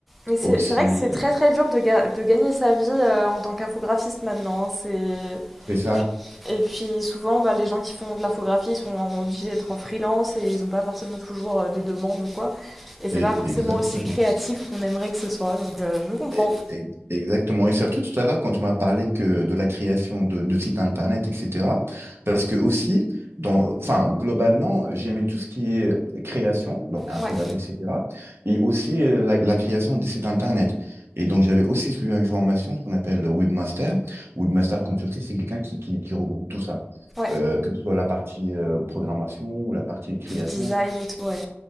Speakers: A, in the centre; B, on the right.
A: Mais c'est
B: aussi.
A: c'est vrai que c'est très
B: euh,
A: très dur de, ga- de gagner sa vie euh, en tant qu'infographiste maintenant. hein. C'est...
B: C'est ça.
A: Et, puis, et puis souvent, bah, les gens qui font de l'infographie sont obligés d'être en freelance et ils n'ont pas forcément toujours euh, des demandes ou quoi. Et c'est
B: Et-
A: pas forcément
B: Exactement.
A: aussi créatif qu'on aimerait que ce soit, donc euh, je vous comprends.
B: E- e- Exactement. Et surtout tout à l'heure, quand tu m'as parlé que de la création de, de sites internet, etc., parce que aussi, dans, enfin, globalement, j'aimais tout ce qui est création, donc infographie,
A: Ouais,
B: etc., et aussi euh, la, la création des sites internet. Et donc, j'avais aussi suivi une formation, ce qu'on appelle le webmaster. Webmaster, comme tu le sais, c'est quelqu'un qui, qui, qui regroupe tout ça,
A: ouais.
B: Euh, que ce soit la partie euh, programmation ou la partie création,
A: Design et tout, ouais.